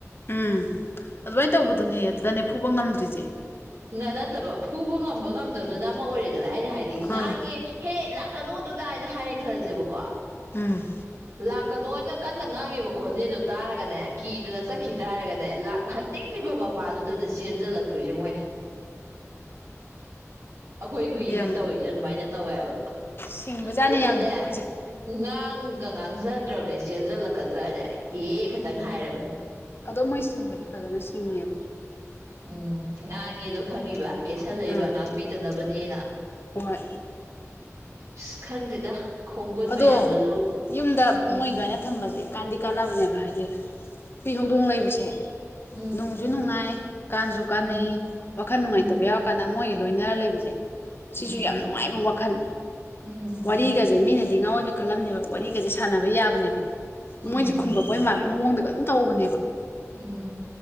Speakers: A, on the left; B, on the right.
A: ꯎꯝ ꯑꯗꯨꯃꯥꯏꯅ ꯇꯧꯕꯗꯨꯅꯦ ꯑꯗꯨꯗꯅꯦ ꯐꯨꯕ ꯉꯝꯗ꯭ꯔꯤꯁꯦ
B: ꯅꯠꯇꯕ ꯐꯨꯕ ꯉꯝꯕ ꯉꯝꯗꯕꯗꯨꯅ ꯑꯃ ꯑꯣꯏꯔꯦꯗꯅ ꯑꯩꯅ ꯍꯥꯏꯗꯤ ꯉꯥꯡꯉꯦ
A: ꯑꯥ
B: ꯍꯦ ꯂꯥꯛꯀꯅꯨꯗꯨꯗꯅ ꯍꯥꯏꯔꯦ ꯈꯜꯂꯖꯦꯕꯀꯣ
A: ꯎꯝ
B: ꯂꯥꯛꯀꯅꯣꯅ ꯀꯟꯅ ꯉꯥꯡꯉꯤꯕ ꯈꯣꯟꯖꯦꯟꯗꯣ ꯇꯥꯔꯒꯅꯦ ꯀꯤꯗꯅ ꯆꯠꯈꯤꯗ꯭ꯔ ꯍꯥꯏꯔꯒꯅꯦ ꯂꯥꯛ ꯍꯠ ꯅꯤꯡꯗ꯭ꯔꯤꯕ ꯃꯄꯥꯗꯨꯗꯅꯦ ꯆꯦꯟꯖꯜꯂꯛꯇꯣꯏꯖꯦ ꯃꯣꯏꯅ ꯑꯩꯈꯣꯏ ꯍꯨꯏꯅ
A: ꯌꯥꯝ
B: ꯇꯧꯔꯤꯁꯦ ꯑꯗꯨꯃꯥꯏꯅ ꯇꯧꯋꯦꯕ
A: ꯁꯤꯡꯕꯖꯥꯠꯅꯦ
B: ꯑꯗꯨꯅꯅꯦ
A: ꯌꯥꯝ ꯃꯣꯏꯁꯦ
B: ꯉꯥꯡꯒ ꯉꯥꯡꯖꯗ꯭ꯔꯕꯅꯦ ꯆꯦꯟꯖꯜꯂꯛꯀꯗ꯭ꯔꯅꯦ ꯍꯦ ꯈꯇꯪ ꯍꯥꯏꯔꯕꯅꯦ
A: ꯑꯗꯣ ꯃꯣꯏ ꯁꯤꯡꯕꯗꯤ ꯐꯖꯅ ꯁꯤꯡꯉꯦꯕ
B: ꯎꯝ ꯉꯥꯡꯉꯦꯗꯣ ꯈꯪꯉꯤꯕ ꯀꯦꯁꯜꯂꯛꯏꯕ
A: ꯎꯝ
B: ꯉꯥꯡꯕꯤꯗꯅꯕꯅꯦꯅ
A: ꯍꯣꯏ
B: ꯏꯁ ꯈꯪꯗꯦꯗ ꯈꯣꯡꯒꯨꯟ
A: ꯑꯗꯣ
B: ꯃꯌꯥꯝꯗꯨꯁꯨ
A: ꯌꯨꯝꯗ
B: ꯎꯝ
A: ꯃꯣꯏ ꯑꯗꯨꯃꯥꯏꯅ ꯊꯝꯕꯁꯦ ꯀꯥꯟꯗꯤ ꯀꯥꯟꯅꯕꯅꯦꯕ ꯍꯥꯏꯗꯤ ꯍꯨꯏ ꯍꯧꯗꯣꯡ ꯂꯩꯕꯁꯦ
B: ꯎꯝ
A: ꯅꯨꯡꯁꯨ ꯅꯨꯡꯉꯥꯏ ꯀꯥꯟꯖꯨ ꯀꯥꯟꯅꯩ
B: ꯎꯝ
A: ꯋꯥꯈꯜ ꯅꯨꯡꯉꯥꯏꯇꯕ
B: ꯎꯝ
A: ꯌꯥꯎꯔꯀꯥꯟꯗ ꯃꯣꯏꯒ ꯂꯣꯏꯅꯔ ꯂꯩꯕꯖꯦ ꯁꯤꯁꯨ
B: ꯎꯝ
A: ꯌꯥꯝ ꯅꯨꯡꯉꯥꯏꯕ ꯋꯥꯈꯜ
B: ꯎꯝ
A: ꯋꯥꯔꯤꯒꯁꯦ ꯃꯤꯅꯗꯤ ꯉꯥꯎꯋꯦꯒ ꯈꯜꯂꯝꯅꯦꯕ ꯋꯥꯔꯤꯒꯁꯦ ꯁꯥꯟꯅꯕ ꯌꯥꯕꯅꯦꯕ
B: ꯎꯝ
A: ꯃꯣꯏꯁꯦ ꯈꯨꯝꯃꯛꯄꯩ ꯃꯥꯟꯕꯩ ꯃꯑꯣꯡꯗ ꯒ ꯑꯗꯨꯝ ꯇꯧꯕꯅꯦꯕ
B: ꯎꯝ